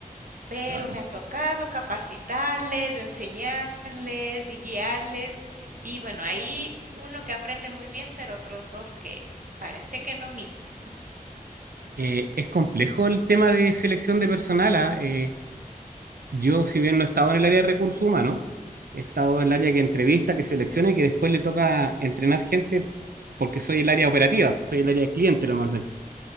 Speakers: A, on the right (about 65°); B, on the right (about 80°).
A: Pero
B: Ah,
A: me ha tocado capacitarles, enseñarles y guiarles. Y bueno, ahí uno que aprende muy bien, pero otros dos que parece que no mismo.
B: eh, es complejo el tema de selección de personal, ah, eh, yo, si bien no he estado en el área de recursos humanos, he estado en el área que entrevista, que selecciona y que después le toca entrenar gente porque soy el área operativa, soy el área de cliente normalmente.